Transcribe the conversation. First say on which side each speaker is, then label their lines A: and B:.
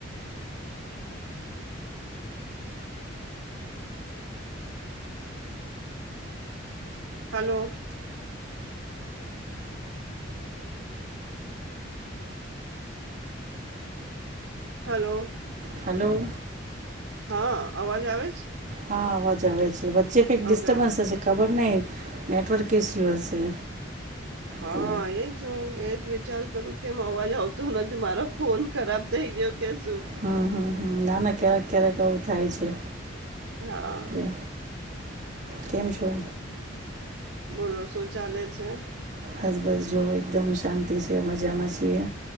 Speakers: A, on the right; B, on the right.
A: હલો. હલો.
B: હલો.
A: હા અવાજ આવે છે
B: હા અવાજ આવે છે. જે કંઈ ડિસ્ટર્બન્સ
A: હવે આવે
B: હ છે ખબર નહી. નેટવર્ક એસ્યુ હશે.
A: હા
B: તો
A: એજ હું એજ વી ચાર કરું કેમ અવાજ આવતો નથી મારા ફોન ખરાબ થઈ ગયો કે સ
B: હમ્મ હમ્મ હ. નાના ક્યારેક ક્યારેક આવું થાય છે.
A: હા.
B: એટલે કેમ છો?
A: બોલો શું ચાલે. છે.
B: બસ બસ જો એકદમ શાંતિ છે મજામાં છીએ